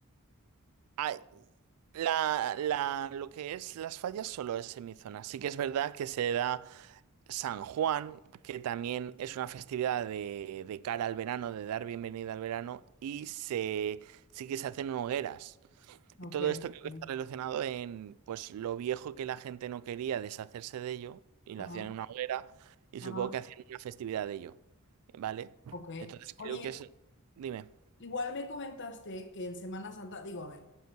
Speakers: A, on the right; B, on the left.
A: Ay, la, la- lo que es las fallas solo es en mi zona. Sí que es verdad que se da San Juan, que también es una festividad de, de cara al verano, de dar bienvenida al verano, y se, sí que se hacen hogueras. Y
B: Ok.
A: todo esto creo que
B: ujú,
A: está relacionado en pues lo viejo que la gente no quería deshacerse de ello y lo
B: Ajá,
A: hacían en una hoguera y
B: ajá,
A: supongo que hacían una festividad de ello, ¿vale?
B: ok.
A: Entonces
B: Oye,
A: creo que es... Dime.
B: Igual me comentaste que en Semana Santa, digo, a ver,